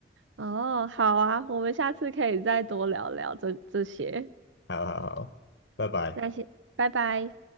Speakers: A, on the right (about 75°); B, on the left (about 60°).
A: 哦，好啊，我们下次可以再多聊聊这这些，
B: 好好好，拜拜。
A: 那先拜拜。